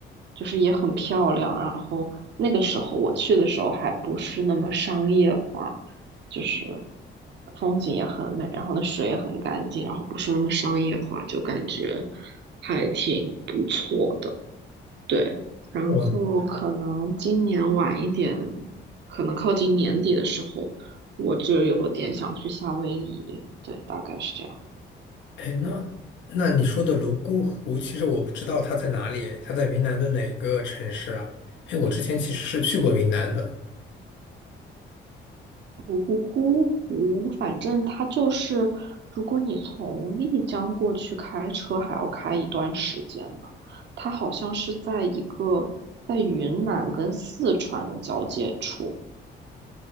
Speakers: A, on the right; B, on the left.
A: 就是也很漂亮。然后那个时候我去的时候还不是那么商业化，就是风景也很美，然后那水也很干净，然后不是那么商业化，就感觉还挺不错的。对，然后可能今年晚一点，
B: 我，
A: 可能靠近年底的时候，我就有点想去夏威夷。对，大概是这样。
B: 哎，那那你说的泸沽湖，其实我不知道它在哪里，它在云南的哪个城市啊？哎，我之前其实是去过云南的，
A: 泸沽沽湖，反正它就是，如果你从丽江过去开车，还要开一段时间呢。它好像是在一个在云南跟四川的交界处，